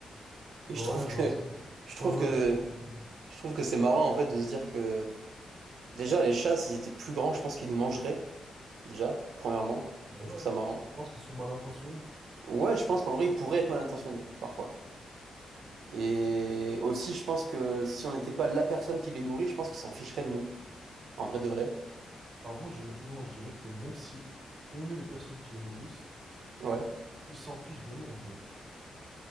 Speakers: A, on the right; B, on the right.
A: Et
B: Ouais,
A: je trouve que,
B: je vois absolument.
A: je trouve
B: Ouais,
A: que,
B: ouais, je vois ce que tu veux dire.
A: je trouve que c'est marrant en fait de se dire que déjà les chats, s'ils étaient plus grands, je pense qu'ils nous mangeraient déjà. Premièrement,
B: Ouais,
A: je trouve ça marrant.
B: tu penses qu'ils sont mal intentionnés?
A: Ouais, je pense qu'en vrai, ils pourraient être mal intentionnés, parfois. Et aussi, je pense que si on n'était pas la personne qui les nourrit, je pense qu'ils s'en ficheraient de nous. En vrai de vrai.
B: Alors, moi, j'irais plus loin. Je dirais que même si on est les personnes qui les nourrissent,
A: Ouais.
B: ils s'en fichent de nous, en fait.